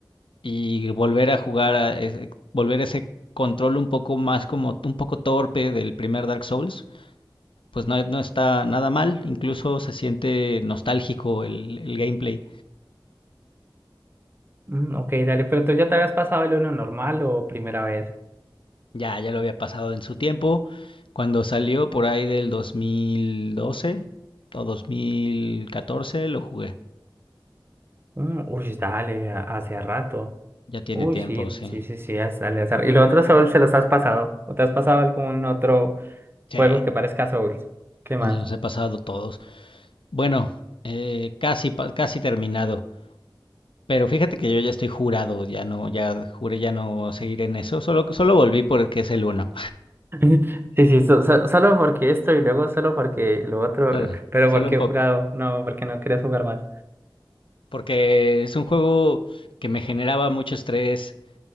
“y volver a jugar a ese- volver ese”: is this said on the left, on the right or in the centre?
Left